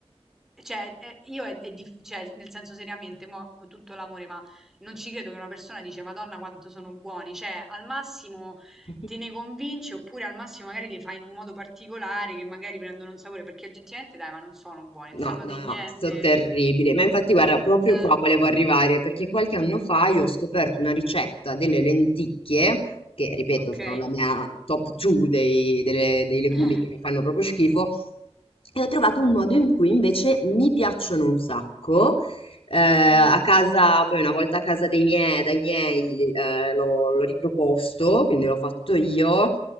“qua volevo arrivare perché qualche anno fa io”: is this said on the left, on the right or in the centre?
Left